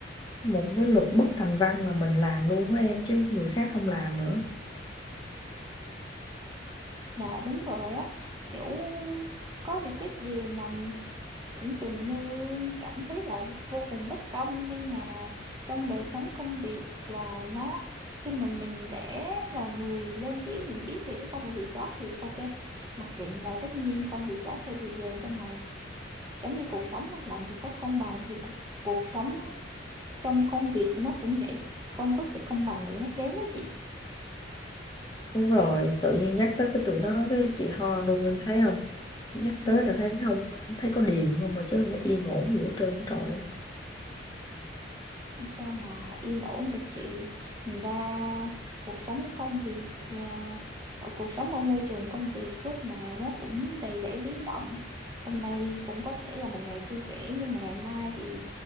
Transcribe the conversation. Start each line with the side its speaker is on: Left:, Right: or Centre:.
Left: một cái luật bất thành văn là mình làm luôn á em chứ người khác không làm nữa
Right: dạ đúng rồi á kiểu có những cái điều mà tưởng chừng như cảm thấy là vô cùng bất công nhưng mà trong đời sống công việc là nó khi mà mình để là người lên tiếng mình biết về cái công việc đó thì ok mặc định là tất nhiên công việc đó sẽ được dành cho mày giống như cuộc sống á, làm gì có công bằng thì cuộc cuộc sống trong công việc nó cũng vậy không có sự công bằng để nhắc đến đó chị
Left: đúng rồi tự nhiên nhắc tới cái tụi nó cái chị ho luôn em thấy không nhắc
Right: ừ,
Left: tới là thấy không thấy có điềm không mà chứ không có yên ổn gì hết trơn trời á.
Right: sao mà yên ổn được chị Thành ra cuộc sống công việc à, ở cuộc sống ở môi trường công việc lúc nào nó cũng đầy rẫy biến động hôm nay cũng có thể là một ngày vui vẻ nhưng mà ngày mai thì